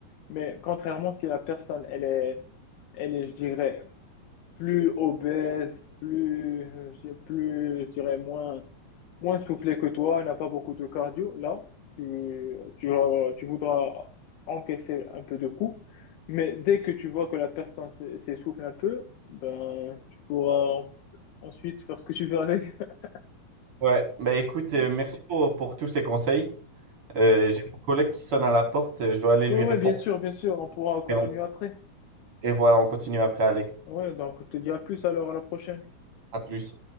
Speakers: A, on the left; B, on the right.
A: Mais contrairement, si la personne, elle est, elle est, je dirais, plus obèse, plus, euh, je dirais, plus, je dirais, moins moins soufflé que toi, n'a pas beaucoup de cardio, là, tu, tu vas- tu voudras encaisser un peu de coups. Mais dès que tu vois que la personne s'e- s'essouffle un peu, ben, tu pourras en- ensuite faire ce que tu veux avec. <laughs>
B: Ouais, ben écoute,
A: Ouais,
B: euh, merci pour, pour tous ces conseils. Euh,
A: ouais.
B: j'ai mon collègue qui sonne à la porte, euh, je dois aller lui
A: Ouais, ouais,
B: répondre.
A: bien sûr, bien sûr, on pourra continuer
B: Et, on-
A: après.
B: et voilà, on continue après, allez.
A: Ouais, donc je te dis à plus alors, à la prochaine.
B: À plus.